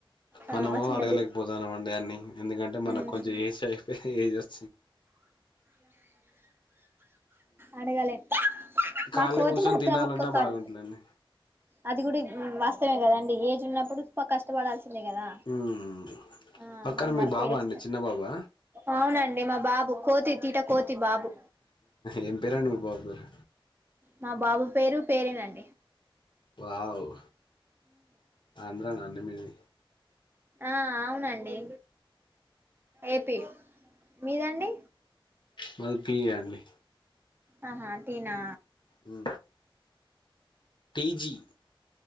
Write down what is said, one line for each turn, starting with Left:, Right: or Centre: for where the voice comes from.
Right: ఆ
Left: మనము
Right: చిన్న
Left: అడగలేకపోతన్నాం
Right: పిల్ల
Left: అండి అన్ని ఎందుకంటే మనకు
Right: మ్మ్
Left: కొంచెం ఏసే ఏం చేస్
Right: అడగలేం
Left: ఉ
Right: మా
Left: కాలి
Right: కోతి
Left: కూసొని
Right: మాత్రం
Left: తినాలన్నా
Right: ఒక్క కాడు
Left: బాగుంటుదండి
Right: అది కూడా వాస్తవమే కదా అండి ఏజ్ ఉన్నప్పుడు కష్టపడాల్సి అంతే కదా
Left: మ్మ్
Right: ఆ
Left: పక్కన
Right: మనం
Left: మీ
Right: వర్క్
Left: బాబా
Right: చేస్తే
Left: అండి చిన్న బాబా
Right: అవునండి మా బాబు కోతి తీట తి బాబు
Left: ఏం పేరండి మీ బాబు పేరు
Right: మా బాబు పేరు పేరేనండి
Left: వావ్ ఆంధ్రనా అండి మీది
Right: ఆ అవునండి ఏపీ మీదండి
Left: మాది పీ అండి
Right: ఆహా టీనా
Left: ఉ కేజీ